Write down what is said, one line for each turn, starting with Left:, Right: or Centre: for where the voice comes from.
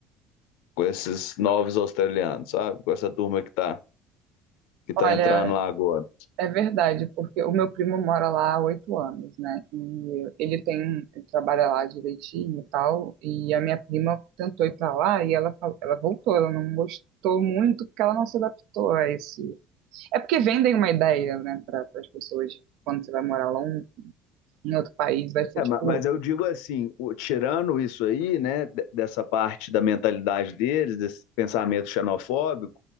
Left: com esses novos australianos, sabe? Com essa turma que tá, que tá
Right: Olha,
Left: entrando lá agora.
Right: é verdade, porque o meu primo mora lá há oito anos, né? E ele tem, ele trabalha lá direitinho e tal. E a minha prima tentou ir pra lá e ela, fa- ela voltou. Ela não gostou muito porque ela não se adaptou a esse É porque vendem uma ideia, né, para as pessoas, tipo, quando você vai morar lá um- em outro país, vai ser
Left: É,
Right: tipo,
Left: ma- mas eu digo assim, o- tirando isso aí, né, de- dessa parte da mentalidade deles, desse pensamento xenofóbico,